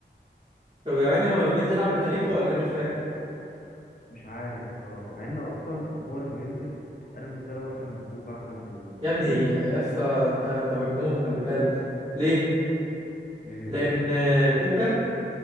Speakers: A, on the right (about 30°); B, on the left (about 50°).
A: طب يعني هو بينزل يلعب بتاريخه ولا إيه؟ انا مش فاهم
B: مش عارف بصراحة مع ان اصلا هو لما بينزل انا بالنسبة لي هو احسن من كوكا احسن من تبيس
A: يا ابني يا
B: احسن
A: اسطى
B: من
A: انت انت مجنون خلي بالك ليه
B: ايه
A: لان كوكا